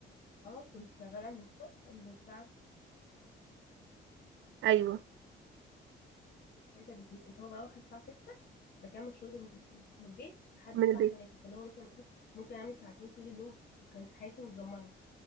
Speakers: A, on the left; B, on the right.
A: اه كنت شغالة من الصبح من الساعة
B: ايوه
A: 3 بالليل اللي هو بروح الساعة 6 بكمل شغلي من من البيت لحد
B: من
A: الساعة
B: البيت
A: 3 فاللي هو مثلا ايه ممكن أعمل ساعتين طول اليوم وكانت حياتي متدمرة